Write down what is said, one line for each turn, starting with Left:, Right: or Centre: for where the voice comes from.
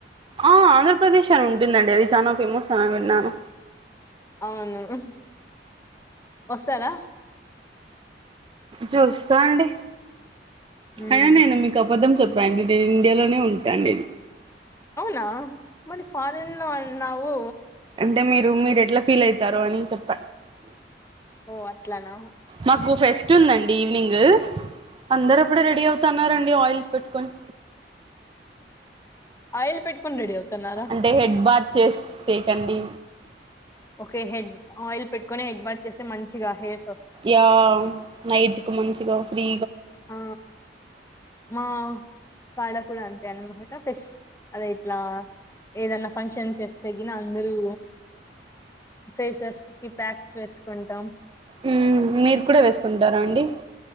Right: ఆ ఆంధ్రప్రదేశ్ అని ఉంటుందండి అది చానా ఫేమస్ అని విన్నాను
Left: అవును ఉహ్ వస్తారా
Right: చూస్తా అండి
Left: ఉమ్
Right: అయినా నేను మీకు అబద్ధం చెప్పానండి నేను ఇండియాలోనే ఉంటా అండి
Left: అవునా మరి ఫారెన్ లో అన్నావు
Right: అంటే మీరు మీరు ఎట్లా ఫీల్ ఐతరో అని చెప్ప
Left: ఓ అట్లనా
Right: మాకు ఫెస్ట్ ఉందండి ఈవినింగ్ అందరప్పుడే రెడీ అవుతున్నారండి ఆయిల్స్ పెట్టుకొని
Left: ఆయిల్ పెట్టుకొని రెడీ అవుతున్నారా
Right: అంటే హెడ్ బాత్ చేసేకండి
Left: ఓకే హెడ్ ఆయిల్ పెట్టుకొని హెడ్ బాత్ చేస్తే మంచిగా హెయిర్ సో
Right: యా నైట్కి మంచిగా ఫ్రీ
Left: ఆ మా కాడ కూడా అంతే అన్మాట ఫెస్ అదే ఇట్లా ఏదన్నా ఫంక్షన్ చేస్తేగిన అందరూ ఫేసెస్ కి ప్యాక్స్ వేస్కుంటం
Right: మ్ మీరు కూడ వేసుకుంటరా అండి